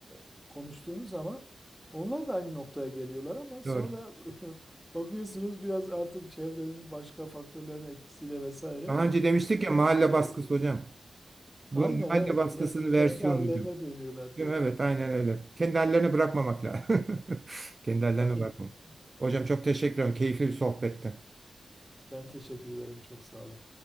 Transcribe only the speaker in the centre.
e, konuştuğunuz zaman onlar da aynı noktaya geliyorlar ama sonra
<laughs> bakıyorsunuz biraz artık çevrenin başka faktörlerin etkisiyle vesaire
e,
işte
Aynen
evet.
Yani kendi
hallerine
dönüyorlar. te-
<laughs>
Aynen.
Ben teşekkür ederim. Çok sağ olun.